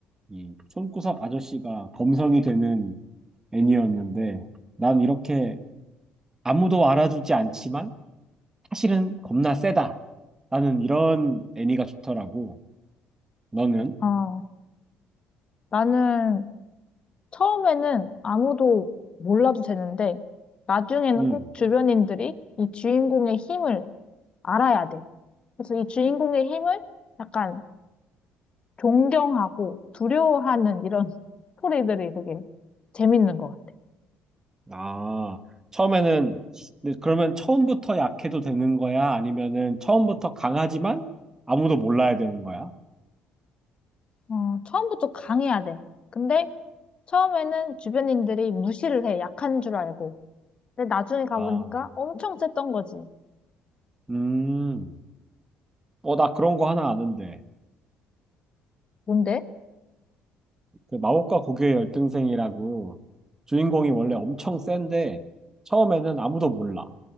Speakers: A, on the right (about 15°); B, on the left (about 35°).
A: 이 손구석 아저씨가 범성이 되는 애니였는데 난 이렇게 아무도 알아주지 않지만 사실은 겁나 세다. 나는 이런 애니가 좋더라고. 너는?
B: 아, 나는 처음에는 아무도 몰라도 되는데 나중에는
A: 음.
B: 꼭 주변인들이 이 주인공의 힘을 알아야 돼. 그래서 이 주인공의 힘을 약간 존경하고 두려워하는 이런 <laughs> 스토리들이 되게 재밌는 것 같아.
A: 아, 처음에는 근데 그러면 처음부터 약해도 되는 거야? 아니면은 처음부터 강하지만 아무도 몰라야 되는 거야?
B: 어, 처음부터 강해야 돼. 근데 처음에는 주변인들이 무시를 해. 약한 줄 알고. 근데 나중에 가보니까
A: 아.
B: 엄청 셌던 거지.
A: 음, 어, 나 그런 거 하나 아는데.
B: 뭔데?
A: 그 마법과 고교의 열등생이라고 주인공이 원래 엄청 센데 처음에는 아무도 몰라.